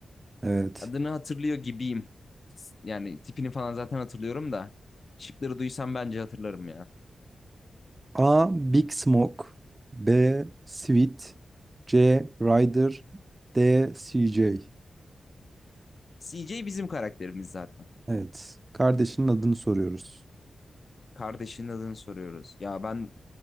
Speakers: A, on the right; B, on the left.
A: Evet.
B: Adını hatırlıyor gibiyim. Yani tipini falan zaten hatırlıyorum da. Şıkları duysam bence hatırlarım ya.
A: A. Big Smoke B. Sweet C. Ryder D. CJ
B: CJ bizim karakterimiz zaten.
A: Evet. Kardeşinin adını soruyoruz.
B: Kardeşinin adını soruyoruz. Ya ben